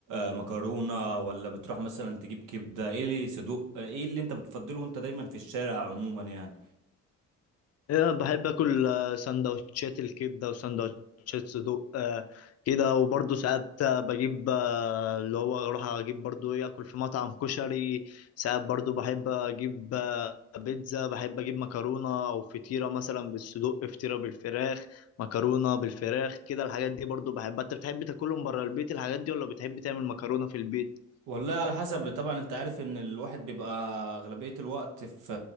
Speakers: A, on the right; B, on the left.
A: آه، مكرونه ولا بتروح مثلا تجيب كبده ايه اللي صدوق آه، ايه اللي انت بتفضله وانت دايما في الشارع عموما يعني
B: إيه، بحب اكل آه، سندوتشات الكبده وسندوتشات صدوق آه، كده وبرضه ساعات آه، بجيب آه، اللي هو اروح اجيب برضه ايه اكل في مطعم كشري ساعات برضه بحب اجيب آه، بيتزا بحب اجيب مكرونه او فطيره مثلا بالصدوق فطيره بالفراخ مكرونه بالفراخ كده الحاجات دي برضه بحبها انت بتحب تاكلهم بره البيت الحاجات دي ولا بتحب تعمل مكرونه في البيت
A: والله على حسب طبعا انت عارف ان الواحد بيبقى اغلبية الوقت في